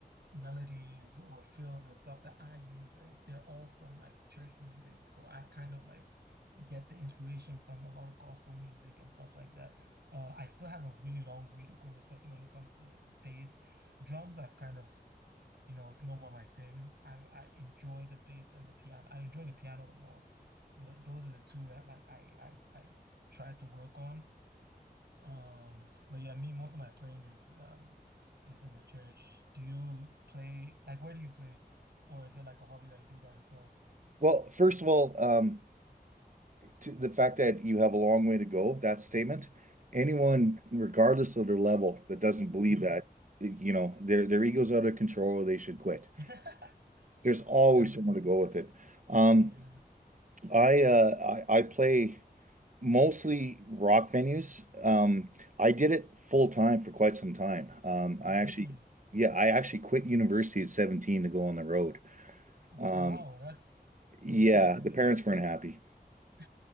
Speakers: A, on the right (about 85°); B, on the right (about 50°).
A: melodies or fills and stuff that I use, uh, they're all from like church music. So I kind of like get the inspiration from a lot of gospel music and stuff like that. Uh, I still have a really long way to go, especially when it comes to bass. Drums, I've kind of, you know, it's no more my thing. I I enjoy the bass and the piano. I enjoy the piano the most, but those are the two that like I I I try to work on. Um, but yeah, me, most of my playing is um is in the church. Do you play like where do you play? Or is it like a hobby that you do by yourself?
B: Well, first of all, um, to the fact that you have a long way to go, that statement, anyone, regardless of their level, that doesn't believe
A: Mhm.
B: that, you know, their their ego's out of control or they should quit.
A: <laughs>
B: There's always
A: Um,
B: someone to go with it. Um,
A: Yeah,
B: I, uh, I I play mostly rock venues. Um, I did it full time for quite some time. Um,
A: really.
B: I actually, yeah, I actually quit university at 17 to go on the road.
A: Wow,
B: Um,
A: that's
B: yeah,
A: oof, that's interesting.
B: the parents weren't happy.
A: <laughs>